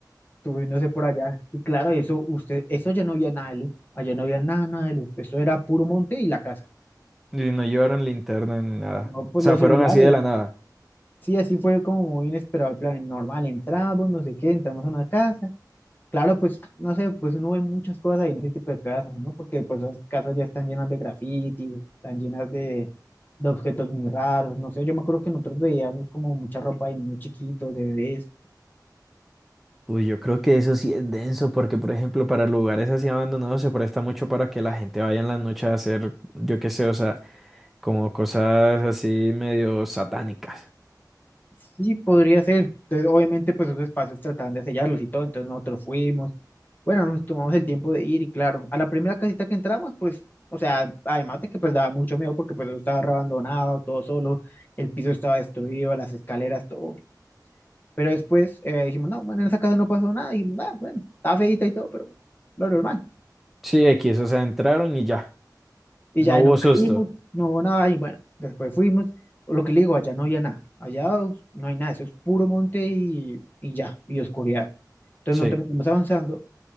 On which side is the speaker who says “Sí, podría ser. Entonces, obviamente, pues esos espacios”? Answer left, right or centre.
Left